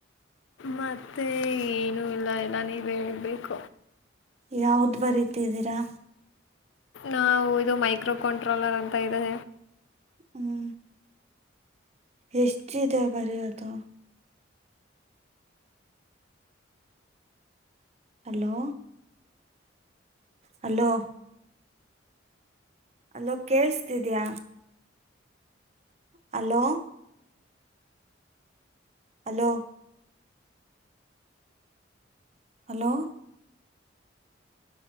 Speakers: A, on the left; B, on the right.
A: ಮತ್ತೆ ಏನುೂ ಇಲ್ಲ ಎಲ್ಲ ನೀವು ಹೇಳ್ಬೇಕು.
B: <inaudible> ಯಾವ್ದ್ ಬರತಿದ್ದೀರಾ.
A: ನಾವು ಇದು ಮೈಕ್ರೋ ಕಂಟ್ರೋಲರ್ ಅಂತ ಇದೆ.
B: ಹ್ಮ್ ಎಷ್ಟದೆ ಬರಿಯೋದು. ಹಲೋ ಹಲೋ ಅಲ್ಲೋ ಕೇೇಳಸ್ತಿದ್ಯಾ. ಹಲೋ- ಹಲೋ ಹಲ್ಲೋ